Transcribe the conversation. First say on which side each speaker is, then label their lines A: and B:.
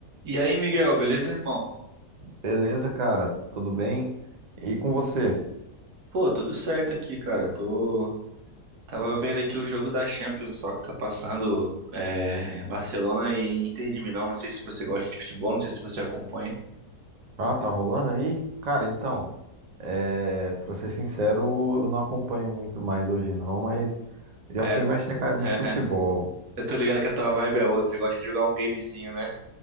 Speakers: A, on the right (about 75°); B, on the right (about 40°).
A: E aí, Miguel, beleza, irmão?
B: Beleza, cara, tudo bem? E com você?
A: Pô, tudo certo aqui, cara. Tô tava vendo aqui o jogo da Champions, só que tá passando é, Barcelona e Inter de Milão. Não sei se você gosta de futebol, não sei se você acompanha.
B: Ah, tá rolando aí? Cara, então,
A: Tá.
B: é, pra ser sincero, eu não acompanho muito mais hoje não, mas já
A: É,
B: fui mais chegado
A: <laughs>
B: em futebol.
A: eu tô ligado que a tua vibe é outra. Você gosta de jogar um gamezinho, né?